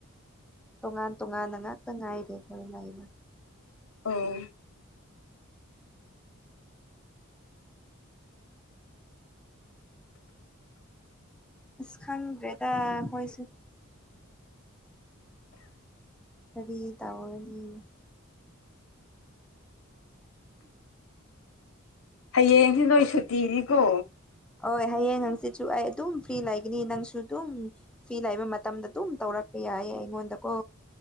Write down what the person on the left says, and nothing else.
ꯑꯣ
ꯍꯌꯦꯡꯁꯦ ꯅꯣꯏ ꯁꯨꯇꯤꯅꯤꯀꯣ